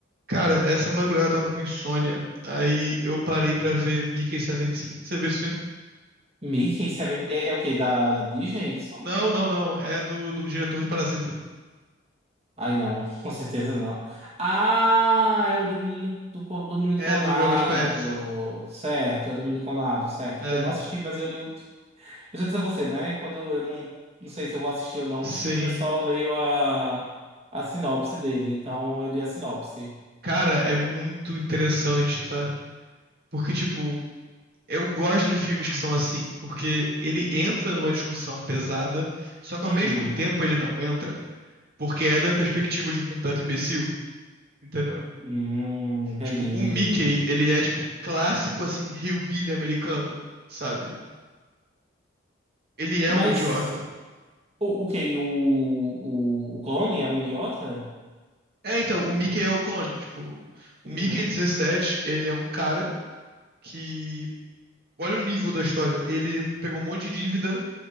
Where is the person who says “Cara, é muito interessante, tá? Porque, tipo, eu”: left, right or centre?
Right